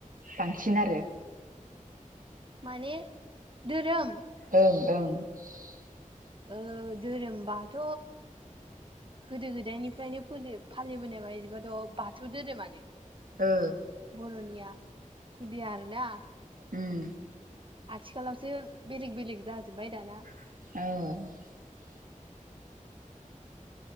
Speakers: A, on the right; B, on the right.
A: बांसिन आरो
B: माने धोरोम
A: ओं ओं
B: ओ धोरोमबाथ' गोदो गोदायनिफ्रायनो फोलि फालिबोनाय बायदिबाथ' बाथौ धोरोमानो
A: ओ
B: बर'निया खुदिया आरो ना
A: उम
B: आथिखालावसो बेलेग-बेलेग जाजोब्बाय दाना
A: औ